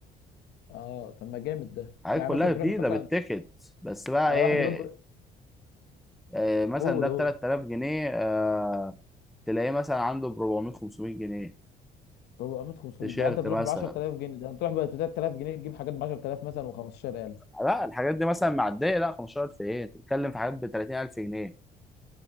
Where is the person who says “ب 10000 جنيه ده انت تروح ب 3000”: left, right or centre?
Left